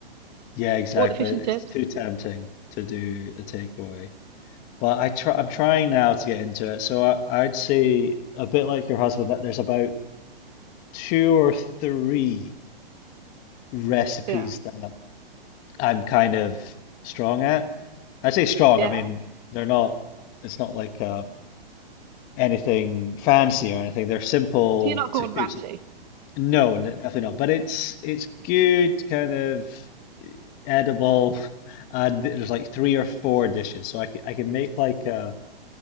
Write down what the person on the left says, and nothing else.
Yeah, exactly.
It's
too tempting to do a takeaway. But I try I'm trying now to get into it. So I, I'd say a bit like your husband that there's about two or three recipes
that I'm kind of strong at. I say strong,
I mean they're not it's not like uh anything fancy or anything. They're simple
to
cook.
No, n- definitely not. But it's it's good kind of edible. Uh, there's like three or four dishes, so I could I can make like a